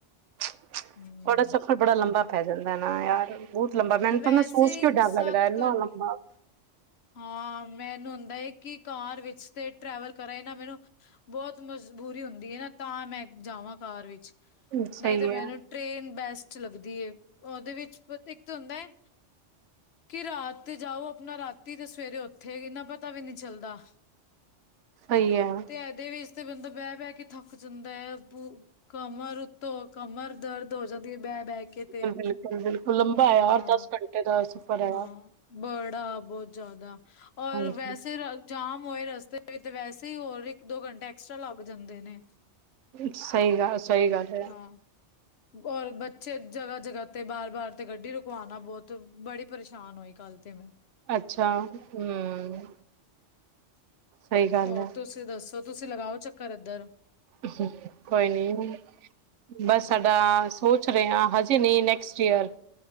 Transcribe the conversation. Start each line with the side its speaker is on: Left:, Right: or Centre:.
Right: ਤੁਹਾਡਾ
Left: ਹਮ
Right: ਸਫ਼ਰ ਬੜਾ ਲੰਬਾ ਪੈ ਜਾਂਦਾ ਹਨਾ ਯਾਰ। ਲੰਬਾ, ਮੈਨੂੰ
Left: ਵੈਸੇ
Right: ਨਾ ਸੋਚ
Left: ਹੀ
Right: ਕੇਂ
Left: ਸੱਤ
Right: ਡਰ ਲੱਗਦਾ ਇੰਨਾ
Left: ਘੰ
Right: ਲੰਬਾ
Left: ਹਾਂ, ਮੈਨੂੰ ਹੁੰਦਾ ਐ ਕਿ ਕਾਰ ਵਿੱਚ ਤੇ ਟ੍ਰੈਵਲ ਕਰਾਂ ਈ ਨਾ, ਮੈਨੂੰ ਬਹੁਤ ਮਜਬੂਰੀ ਹੁੰਦੀ ਐ ਨਾ ਤਾਂ ਮੈਂ ਜਾਵਾਂ ਕਾਰ ਵਿੱਚ।
Right: ਸਹੀ
Left: ਨਹੀਂ ਤੇ
Right: ਹੈ
Left: ਮੈਨੂੰ ਟ੍ਰੇਨ ਬੈਸਟ ਲੱਗਦੀ ਐ, ਉਹਦੇ ਵਿੱਚ ਇੱਕ ਤੇ ਹੁੰਦਾ ਐ। ਕਿ ਰਾਤ ਤੇ ਜਾਓ ਆਪਣਾ ਰਾਤੀ ਤੇ ਸਵੇਰੇ ਉੱਥੇ, ਇੰਨਾ ਪਤਾ ਵੀ ਨਹੀਂ ਚੱਲਦਾ।
Right: ਸਹੀ ਹੈ।
Left: ਤੇ <unintelligible> ਵਿੱਚ ਤਾਂ ਬੰਦਾ ਬਹਿ ਬਹਿ ਥੱਕ ਜਾਂਦਾ ਹੈ ਕਮਰ ਉੱਤੋਂ ਕਮਰ ਦਰਦ ਹੋ ਜਾਂਦੀ ਹੈ ਬਹਿ ਬਹਿ ਕੇ ਤੇ।
Right: ਬਿਲਕੁਲ ਬਿਲਕੁਲ ਲੰਬਾ ਹੈ
Left: ਹਾਂ
Right: ਯਾਰ ਦਸ ਘੰਟੇ ਦਾ ਸਫ਼ਰ ਹੈ ਯਾਰ
Left: ਹਾਂ ਬੜਾ ਬਹੁਤ ਜ਼ਿਆਦਾ ਔਰ
Right: ਹਾਂਜੀ
Left: ਵੈਸੇ ਜਾਮ ਹੋਏ ਰਸਤੇ ਵਿੱਚ ਵੈਸੇ ਹੀ ਹੋਰ ਇੱਕ ਦੋ ਘੰਟੇ ਐਕਸਟਰਾ ਲੱਗ ਜਾਂਦੇ ਨੇ।
Right: ਸਹੀ ਗੱਲ ਸਹੀ ਗੱਲ ਹੈ।
Left: ਹਾਂ, ਔਰ ਬੱਚੇ ਜਗ੍ਹਾ ਜਗ੍ਹਾ ਤੇ ਬਾਰ ਬਾਰ ਤੇ ਗੱਡੀ ਰੁਕਵਾਣਾ ਬਹੁਤ ਬੜੀ ਪਰੇਸ਼ਾਨ ਹੋਈ ਕੱਲ ਤੇ ਮੈਂ।
Right: ਅੱਛਾ ਹਮ। ਸਹੀ ਗੱਲ
Left: ਹੋਰ
Right: ਹੈ
Left: ਤੁਸੀਂ ਦੱਸੋ ਤੁਸੀਂ ਲਗਾਓ ਚੱਕਰ ਇੱਧਰ।
Right: ਅਹਮ ਕੋਈ ਨੀ। ਬਸ ਸਾਡਾ ਸੋਚ ਰਹੇ ਆ ਹਜੇ ਨਹੀਂ ਨੈਕਸਟ ਈਅਰ।